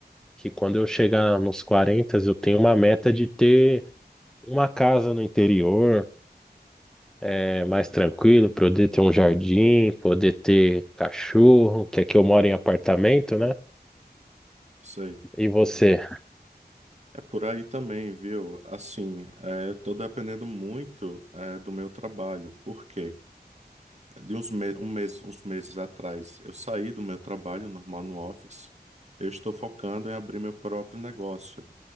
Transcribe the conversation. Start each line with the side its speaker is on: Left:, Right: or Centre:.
Centre: que quando eu chegar nos 40, eu tenho uma meta de ter uma casa no interior, é, mais tranquilo, poder ter um jardim, poder ter cachorro, que aqui eu moro em apartamento, né?
Right: Sei.
Centre: E você?
Right: É por aí também, viu? Assim, é, eu tô dependendo muito é, do meu trabalho. Por quê? É, De uns, me um mês, uns meses atrás, eu saí do meu trabalho normal no office. Eu estou focando em abrir meu próprio negócio.